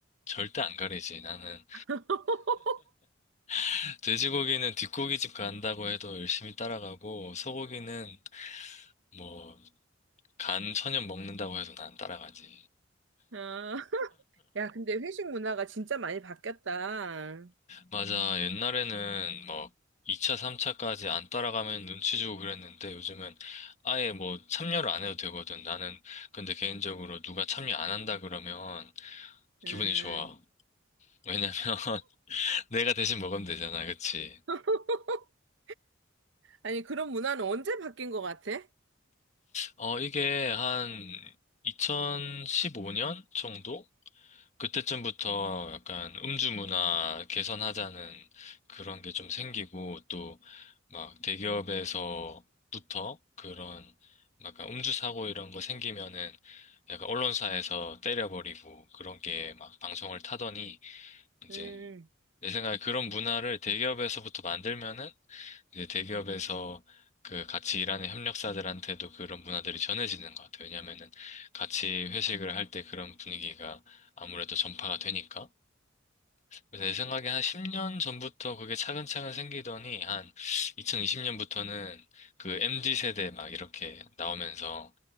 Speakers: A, on the left; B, on the right.
A: 절대 안 가리지. 나는
B: <laughs>
A: <laughs> 돼지고기는 뒷고기집 간다고 해도 열심히 따라가고 소고기는 뭐 간 천연 먹는다고 해도 난 따라가지.
B: 어, 야, 근데 회식 문화가 진짜 많이 바뀌었다.
A: 맞아. 옛날에는 뭐 2차, 3차까지 안 따라가면 눈치 주고 그랬는데 요즘은 아예 뭐 참여를 안 해도 되거든. 나는 근데 개인적으로 누가 참여 안 한다 그러면
B: 음.
A: 기분이 좋아. 왜냐면 <laughs> 내가 대신 먹으면 되잖아. 그치?
B: <laughs> 아니, 그런 문화는 언제 바뀐 것 같아?
A: 어, 이게 한 2015년 정도? 그때쯤부터 약간 음주 문화 개선하자는 그런 게 좀 생기고 또 막 대기업에서부터 그런 막 약간 음주 사고 이런 거 생기면은 약간 언론사에서 때려버리고 그런 게 막 방송을 타더니 이제
B: 음,
A: 내 생각에 그런 문화를 대기업에서부터 만들면은 이제 대기업에서 그 같이 일하는 협력사들한테도 그런 문화들이 전해지는 것 같아요. 왜냐면은 같이 회식을 할 때 그런 분위기가 아무래도 전파가 되니까. 그래서 제 생각에 한 10년 전부터 그게 차근차근 생기더니 한 2020년부터는 그 MZ 세대 막 이렇게 나오면서